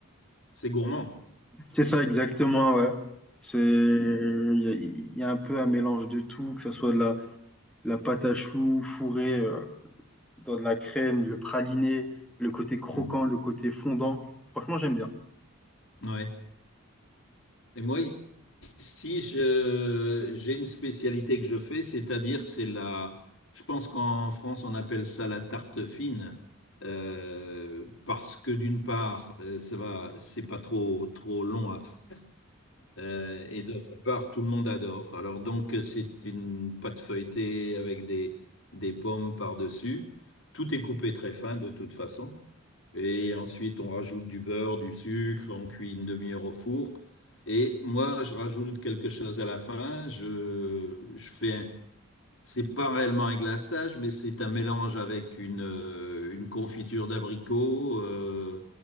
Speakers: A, on the left; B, in the centre.
A: c'est gourmand.
B: C'est ça, exactement, ouais. C'est, il y, a il y a un peu un mélange de tout, que ce soit de la, de la pâte à choux fourrée euh, dans de la crème, le praliné, le côté croquant,
A: Mm.
B: le côté fondant. Franchement, j'aime bien.
A: Ouais. Et moi, Si je, j'ai une spécialité que je fais, c'est-à-dire c'est la, je pense qu'en France on appelle ça la tarte fine, euh, parce que d'une part euh, ça va, c'est pas trop trop long à faire, euh, et d'autre part tout le monde adore. Alors donc euh, c'est une pâte feuilletée avec des des pommes par-dessus. Tout est coupé très fin de toute façon. Et ensuite, on rajoute du beurre, du sucre, on cuit une demi-heure au four. Et moi, je rajoute quelque chose à la fin. Je, je fais un, c'est pas réellement un glaçage, mais c'est un mélange avec une, euh, une confiture d'abricot euh,